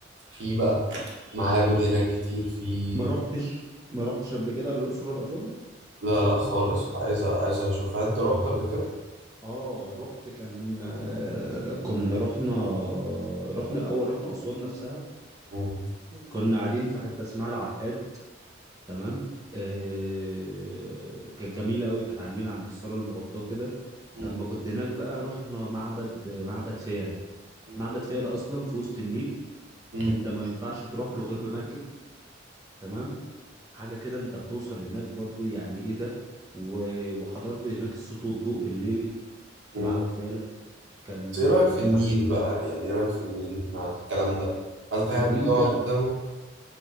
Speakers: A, on the right; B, on the right.
A: في بقى معابد هناك كتير في
B: ما رحتش ما رحتش قبل كده للاقصر ولا اسوان
A: لا لا خالص عايز عايز اشوفها انت رحت قبل كده
B: اه رحت كان آه، كنا رحنا رحنا الاول رحنا اسوان نفسها
A: مم.
B: كنا قاعدين في حته اسمها العقاد تمام آه، كانت جميله قوي كانت على النيل عند الصاله المغطاه كده
A: مم.
B: لما كنت هناك بقى رحنا معبد معبد فيلة
A: مم.
B: معبد فيلة اصلا في وسط النيل
A: مم.
B: انت ما ينفعش تروح له غير بمركب تمام حاجه كده انت بتوصل هناك برضو يعني ايه ده و- وحضرت هناك الصوت والضوء بالليل
A: مم.
B: في معبد فيلة كان
A: بس ايه رأيك في
B: كان
A: النيل
B: مح-
A: بقى يعني ايه رأيك في النيل مع الكلام ده هل تحب
B: النيل
A: تقعد
B: ده
A: قدامه